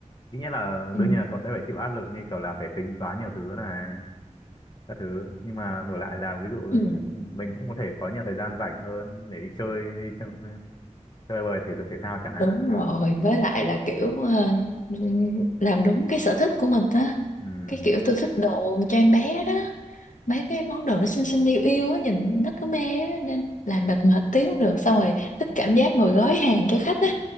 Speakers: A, on the left; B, on the left.
A: ít nhất là
B: Ừ.
A: đương nhiên là cậu sẽ phải chịu áp lực như kiểu là phải tính toán nhiều thứ này các thứ nhưng mà đổi lại là ví dụ
B: Ừ.
A: mình cũng có thể có nhiều thời gian rảnh hơn để đi chơi đi chơi, chơi bời thể dục thể thao chẳng hạn
B: đúng rồi với lại là kiểu ờ, làm đúng cái sở thích của mình á
A: ừ,
B: cái kiểu tôi thích đồ cho em bé đó mấy cái món đồ nó xinh xinh yêu yêu á nhìn nó cứ mê á nên làm mệt mệt tí cũng được xong rồi thích cảm giác ngồi gói hàng cho khách á